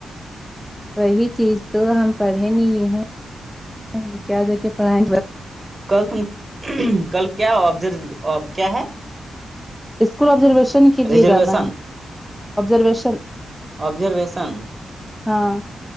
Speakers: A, in the centre; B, on the right (about 30°).
A: وہی چیز تو ہم پڑھے نہیں ہیں کیا جا کے پڑھیں
B: کل تم کل کیا آبزر کیا ہے
A: اسکول آبزرویشن کے
B: ریزرویشن
A: لیے جانا ہے آبزرویشن
B: ابزرویشن
A: ہاں